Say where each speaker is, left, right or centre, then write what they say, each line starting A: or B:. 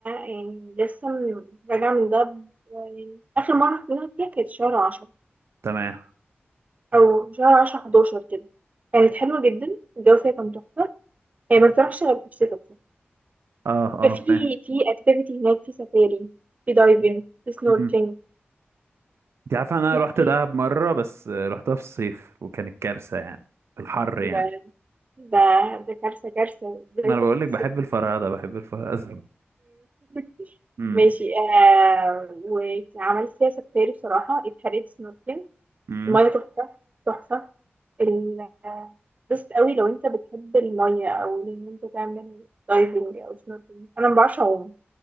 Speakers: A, on the right; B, on the right.
A: يعني لسه من- راجعة من دهب يعني آخر مرة رحت دهب فيها كانت شهر عشرة
B: تمام
A: أو شهر عشرة حداشر كده كانت حلوة جدا الجو فيها كان تحفة هي ما بتروحش غير في الشتاء
B: اه اه
A: في
B: فاهم
A: في اكتيفيتي هناك في سفاري في دايفنج في سنوركلينج
B: مم. انت عارفه انا
A: في
B: رحت دهب مره بس رحتها في الصيف وكانت كارثه يعني في الحر يعني
A: ده ده ده كارثة كارثة ازاي
B: ما انا
A: تروح
B: بقول
A: السك-
B: لك بحب الفرهده بحب الفرهده
A: <laughs>
B: امم
A: ماشي آه وعملت فيها سفاري بصراحة اتحرقت سنوركلينج
B: امم
A: المية تحفة تحفة ال- آه، بس قوي لو انت بتحب المية او ان انت تعمل دايفنج او سنوركلينج انا ما بعرفش اعوم